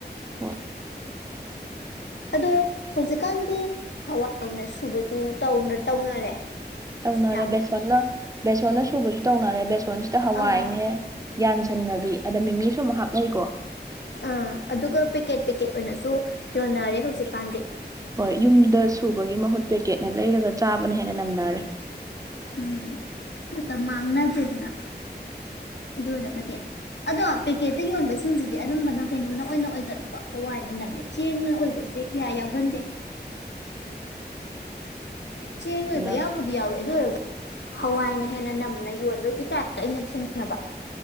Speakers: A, on the right (about 20°); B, on the left (about 85°).
A: ꯍꯣꯏ
B: ꯑꯗꯣ ꯍꯧꯖꯤꯛꯀꯥꯟꯗꯤ ꯍꯋꯥꯏꯅ ꯁꯨꯕꯁꯨꯅ ꯇꯧꯅꯔꯦ
A: ꯇꯧꯅꯔꯦ
B: ꯌꯥꯝꯅ
A: ꯕꯦꯁꯣꯟꯅ ꯕꯦꯁꯣꯟꯅ ꯁꯨꯕꯁꯨ ꯇꯧꯅꯔꯦ ꯕꯦꯁꯣꯟꯁꯤꯗ ꯍꯋꯥꯏꯅꯦ
B: ꯑꯥ
A: ꯌꯥꯟꯁꯤꯟꯅꯕꯤ ꯑꯗ ꯃꯤꯃꯤꯁꯨꯨꯝ ꯍꯥꯞꯅꯩꯀꯣ
B: ꯑꯥ ꯑꯗꯨꯒ ꯄꯦꯀꯦꯠ ꯄꯦꯀꯦꯠ ꯑꯣꯏꯅꯁꯨ ꯌꯣꯟꯅꯔꯦ ꯍꯧꯖꯤꯛꯀꯥꯟꯗꯤ
A: ꯍꯣꯏ ꯌꯨꯝꯗ ꯁꯨꯕꯒꯤ ꯃꯍꯨꯠ ꯄꯦꯀꯦꯠꯅ ꯂꯩꯔꯒ ꯆꯥꯕꯅ ꯍꯦꯟꯅ ꯅꯝꯅꯔꯦ
B: ꯎꯝ ꯃꯇꯝ ꯃꯥꯡꯅꯗ꯭ꯔꯦꯗꯅ ꯑꯗꯨ ꯑꯣꯏꯔꯒꯗꯤ ꯑꯗꯣ ꯄꯦꯀꯦꯠꯇ ꯌꯣꯟꯕꯁꯤꯡꯁꯤꯗꯤ ꯑꯅꯝꯕꯅ ꯀꯩꯅꯣꯅ ꯑꯣꯏꯅ ꯑꯣꯏꯒꯜꯂꯤꯀꯣ ꯍꯋꯥꯏꯅ ꯅꯝꯃꯦ ꯆꯦꯡꯅ ꯑꯣꯏꯕꯁꯦ ꯌꯥ ꯌꯥꯎꯒꯟꯗꯦ ꯆꯦꯡꯕꯌꯥ
A: ꯁꯤꯅ
B: ꯕꯨꯗꯤ ꯌꯥꯎꯋꯦ ꯑꯗꯨ ꯑꯣꯏꯔꯒꯁꯨ ꯍꯋꯥꯏꯅ ꯍꯦꯟꯅ ꯅꯝꯅ ꯌꯣꯟꯕ ꯇ ꯇꯥꯏꯞꯇꯣ ꯑꯩꯅ ꯊꯦꯡꯉꯕ